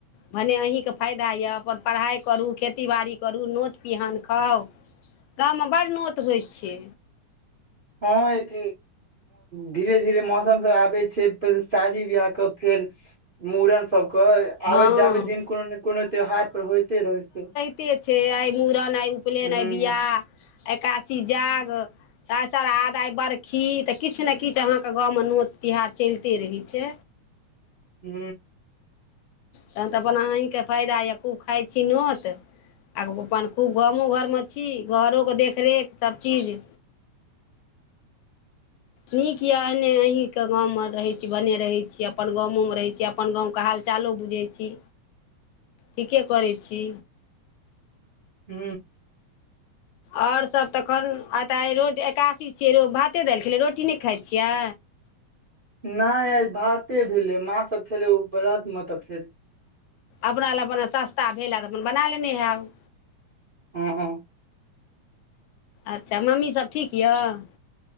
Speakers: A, on the left; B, on the right.
A: भने अहीँकेँ फायदा यए अपन पढ़ाइ करू खेतीबाड़ी करू नोट पिहान खाउ गाम मे बड़ नोत होइ छै
B: हँ एक धीरे धीरे मौसम सब आबै छै फेर शादी बियाहके फेर मुूड़न सबके
A: हँ
B: आबे जाबे दिन कोनो ने कोनो त्यौहार पर होइते रहै छै
A: कते छै आइ मुूड़न आइ उपनयन
B: हूँ
A: आइ बियाह आइ एकादशी जाग तऽ श्रादध आइ बरखी तऽ किछु ने किछु अहाँके गाँवमे नोत त्यौहार चलिते रहै छै
B: हू
A: तखन तऽ अपन अहीँकेँ फायदा यए खूब खाइ छी नोत आर अपन खूब गामो घरमे छी घरोके देखरेख सबचीज नीक यए एने अहीँके गाँमे रहै छी बने रहैत छी अपन गामोमे रहै छी अपन गावके हालचालो बुझै छी ठीके करै छी
B: हू
A: आओर सब तखन आय त एकासी छिय भाते देल रोट रोटी नहि खा छियै
B: नहि आय भाते भेलै माँ सब छलै ओ व्रद मे तऽ फेर
A: अपना लए अपने सस्ता भेल ह तऽ अपन बना लेने हब
B: ह ह
A: अच्छा मम्मीसभ ठीक यऽ